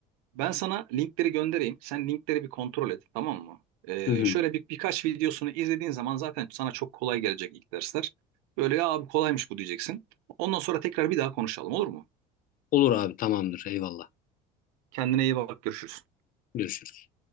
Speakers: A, on the right; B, on the left.
A: Ben sana linkleri göndereyim. Sen linkleri bir kontrol et, tamam mı? Ee,
B: Hı hı.
A: şöyle bir birkaç videosunu izlediğin zaman zaten sana çok kolay gelecek ilk dersler. Böyle ya abi kolaymış bu diyeceksin. Ondan sonra tekrar bir daha konuşalım olur mu?
B: Olur abi tamamdır eyvallah.
A: Kendine iyi bak, görüşürüz.
B: Görüşürüz.